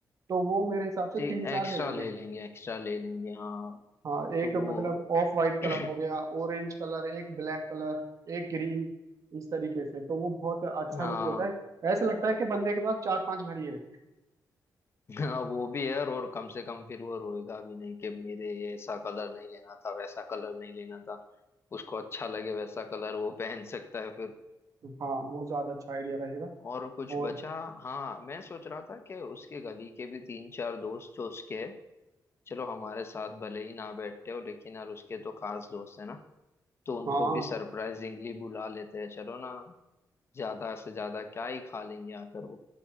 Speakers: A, on the right (about 50°); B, on the left (about 35°).
A: तो वो मेरे हिसाब से
B: जी
A: तीन चार
B: एक्स्ट्रा
A: ले लेंगे
B: ले लेंगे एक्स्ट्रा ले लेंगे हाँ
A: हाँ एक
B: तो वो
A: मतलब ऑफ वाइट कलर
B: <clears throat>
A: हो गया ऑरेंज कलर एक ब्लैक कलर एक ग्रीन इस तरीके से तो वो बहुत अच्छा
B: हाँ
A: लुक देता है ऐसा लगता है कि बंदे के पास चार पांच घड़ी हैं
B: हाँ वो भी है और कम से कम फिर वो रोएगा भी नहीं कि मेरे ये ऐसा कलर नहीं लेना था वैसा कलर नहीं लेना था उसको अच्छा लगे वैसा कलर वो पहन सकता है फिर
A: हाँ वो ज्यादा अच्छा आइडिया रहेगा
B: और कुछ
A: और
B: बचा हाँ मैं सोच रहा था कि उसके गली के भी तीन चार दोस्त जो उसके हैं, चलो हमारे साथ भले ही ना बैठते हो लेकिन यार उसके तो खास दोस्त है ना तो उनको
A: हाँ
B: भी सरप्राइजिंगली बुला लेते हैं चलो ना ज्यादा से ज्यादा क्या ही खा लेंगे आकर वो